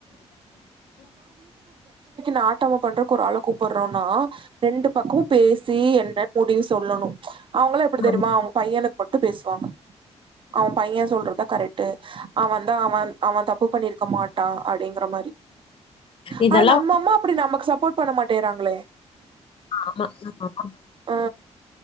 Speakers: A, on the right; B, on the left.
A: நாட்டமா பண்றக்கு ஒரு ஆள கூப்பற்றோனா ரெண்டு பக்கவு பேசி என்னன் முடிவு சொல்லணு அவுங்களா எப்படி
B: குடும்பம்
A: தெரியுமா அவுங் பையனுக் பொட்டு பேஸ்வாங்க அவு பைய சொல்றத்தா கரைட் ட்டு அவந்தா அவ அவ தப்பு பண்ணிருக்க மாட்டா அப்பிடிங்கிற மாரி
B: இதெல்லா
A: ஆனா நம்ம அம்மா அப்டி நமக்கு சப்போர்ட் பண்ண மாட்டேறாங்களே
B: ஆமா ஆ
A: அ